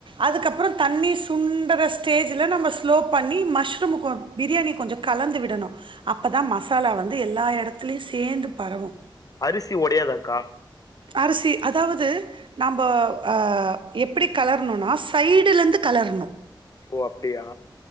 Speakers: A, on the right; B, on the left.
A: அதுக்கப்பற தண்ணி சுண்டற ஸ்டேஜில நம்ப ஸ்லோ பண்ணி மஷ்ருமுக்கோ பிரியாணி கொஞ்சோ கலந்து விடணு அப்போதா மஸ் மசாலா வந்து எல்லா எடத்துலயு சேந்து பரவு
B: அரிசி ஒடையாதாக்கா
A: அரிசி அதாவது நம்போ ஆ எப்புடி கலர்ணுனா சைடுலந்து கலர்ணு
B: ஓ அப்டியா